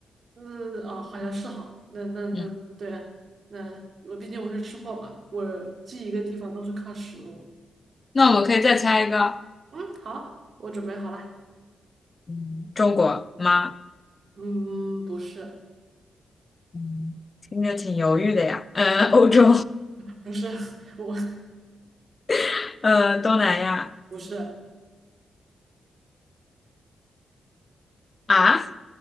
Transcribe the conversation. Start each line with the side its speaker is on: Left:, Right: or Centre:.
Right: 嗯哦好像是哈，那那那对啊，
Left: 嗯，
Right: 那我毕竟我是吃货嘛，我记一个地方都是靠食物。
Left: 那我们可以再猜一个，
Right: 嗯，好，我准备好了。
Left: 嗯，中国吗？
Right: 嗯，不是
Left: 嗯，听着挺犹豫的呀。嗯，欧洲，
Right: 不是，<laughs> 我
Left: <laughs> 呃，东南亚
Right: 不是
Left: 啊，